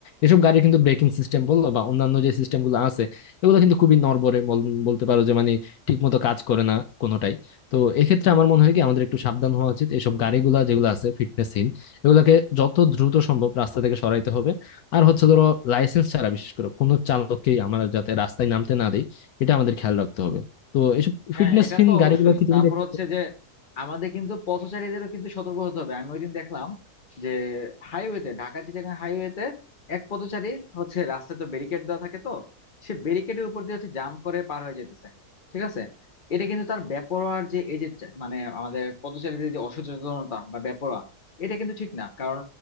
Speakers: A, on the left (about 70°); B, on the left (about 35°).
A: এসব গাড়ির কিন্তু ব্রেকিং সিস্টেম বলো বা অন্যান্য যে সিস্টেম গুলো আছে এগুলো কিন্তু খুবই নড়বড়ে বল- বলতে পারো যে মানে ঠিক মতো কাজ করে না কোনোটাই তো এক্ষেত্রে আমার মনে হয় কি আমাদের একটু সাবধান হওয়া উচিত এইসব গাড়িগুলা যেগুলো আছে ফিটনেসহীন এগুলাকে যত দ্রুত সম্ভব রাস্তা থেকে সরাইতে হবে আর হচ্ছে ধরো লাইসেন্স ছাড়া বিশেষ করে কোনো চালককেই আমরা যাতে রাস্তায় নামতে না দেই এটা আমাদের খেয়াল রাখতে হবে তো এইসব
B: হ্যাঁ
A: ফিটনেসহীন
B: এটা তো অবশ্যই
A: গাড়িগুলো কি তুমি
B: তারপর
A: দেখতে
B: হচ্ছে যে আমাদের কিন্তু পথচারীদেরও কিন্তু সতর্ক হতে হবে আমি ওইদিন দেখলাম যে হাইওয়েতে ঢাকা চিটাগাং হাইওয়েতে এক পথচারী হচ্ছে রাস্তায় তো ব্যারিকেড দেওয়া থাকে তো সে ব্যারিকেডের উপর দিয়ে হচ্ছে জাম্প করে পার হয়ে যেতেছে ঠিক আছে এটা কিন্তু তার বেপরোয়ার যে এই যে চা- মানে আমাদের পথচারীদের যে অসচেতনতা বা বেপরোয়া এটা কিন্তু ঠিক না কারণ